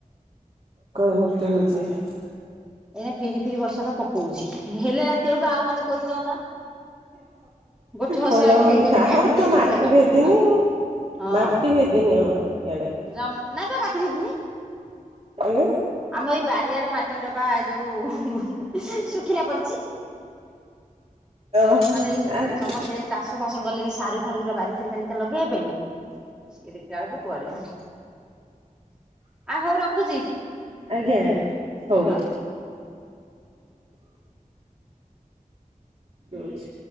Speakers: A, on the right; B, in the centre.
A: କରତ ହେଉଛି <unintelligible>
B: ଏଇ ଫିରି ଫିରି ବର୍ଷା ତ ପକଉଛି, ହେଲେ ରାତି ବେଳକୁ ଆଉ ମେତେ କୋରିଦିଅନ୍ତା। ଗୋଟେ ଓସୋଲା
A: ଭଲ ହୁଅନ୍ତା
B: ହେଇଗଲେ
A: ଆମର
B: ବି ଆହୁରି ଗୋଟେ
A: ତ ମାଟି
B: ବଢିଆ କାମ
A: ଭେଦିନି
B: ଦଅନ୍ତା।
A: ଆଉ
B: ହଁ
A: ମାଟି ଭେଦିନି ଆମର ଇଆଡେ।
B: ଯମ୍ ନାଇ ପା ତା ପାଟି ଫିଟିନି।
A: ଆଜ୍ଞା
B: ଆମ ଏଇ ବା ବାରିଆଡ ମାଟି ଗୁଡା ପା ଯୋଉ ଶୁଖିଲା ପଡିଛି।
A: ଓହୋ
B: ନହେଲେ
A: ହଁ
B: ଏଇ
A: ଆଜ୍ଞା
B: ସମସ୍ତେ ଚାଷ ଫାଷ କଲେଣି। ସାରୁ ବାରି ଫାରି ପିକା ଲଗେଇବା ପାଇଁ ସେ ଦେଖିଲା ବେଳକୁ। କୁଆଡ ହଉନି, ଆଉ ହଉ ରଖୁଛି।
A: ଆଜ୍ଞା ଆଜ୍ଞା ହଉ।
B: ହଁ।
A: ଦୋଉଛି।